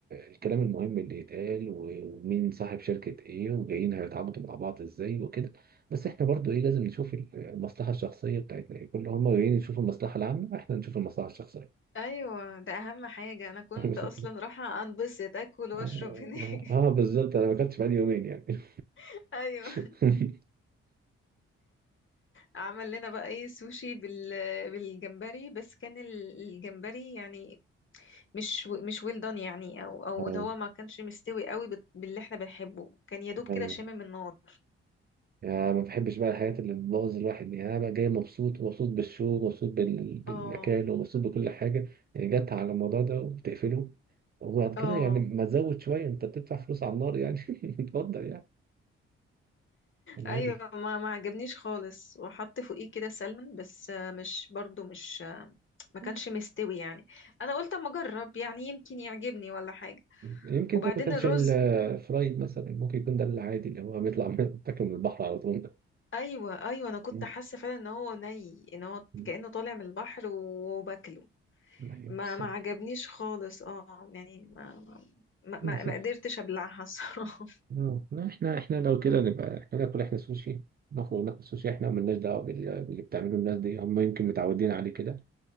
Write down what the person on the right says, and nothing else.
الكلام المهم اللي يتقال و- ومين صاحب شركة ايه وجايين هيتعاقدوا مع بعض ازاي وكده بس احنا برضو ايه لازم نشوف المصلحة الشخصية بتاعتنا ايه كل هم جايين يشوفوا المصلحة العامة احنا نشوف المصلحة الشخصية
<laughs>
اه
آه، بالظبط انا ما كنتش بقالي يومين يعني
<laughs>
اه
ايوه
يعني ما بحبش بقى الحاجات اللي بتبوظ الواحد يعني انا بقى جاي مبسوط مبسوط بالشو مبسوط بال... بالمكان
ومبسوط بكل حاجه يعني جت على الموضوع ده وبتقفله وبعد كده
يعني ما تزود شويه انت بتدفع فلوس على النار يعني <laughs> اتفضل يعني انا
عارف
مم.
يمكن
ده ما كانش
الفرايد مثلا ممكن يكون ده العادي اللي هو بيطلع <laughs> من بياكل من البحر على طول ده
مم.
مم.
ايوه
بالظبط
بالظبط.
آه، لا احنا احنا لو كده نبقى احنا ناكل احنا سوشي نخرج ناكل سوشي احنا وملناش دعوه بال- باللي بتعمله الناس دي هم يمكن متعودين عليه كده